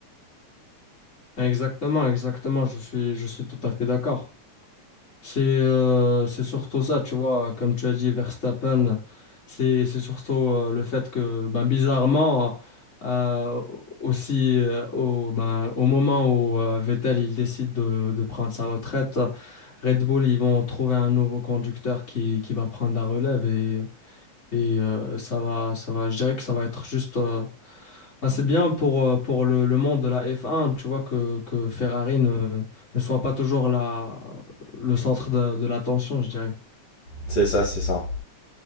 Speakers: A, on the left (about 25°); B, on the left (about 60°).
A: Exactement, exactement, je suis, je suis tout à fait d'accord. C'est euh, c'est surtout ça, tu vois, comme tu as dit, Verstappen, c'est c'est surtout euh, le fait que, ben, bizarrement, euh, aussi euh, au, ben, au moment où euh, Vettel il décide de, de prendre sa retraite, euh, Red Bull, ils vont trouver un nouveau conducteur qui, qui va prendre la relève et, et euh, ça va, ça va, je dirais que ça va être juste. euh, ben, c'est bien pour, euh, pour le, le monde de la F1, tu vois, que, que Ferrari ne, ne soit pas toujours la, le centre de, de l'attention, je dirais.
B: C'est ça, c'est ça.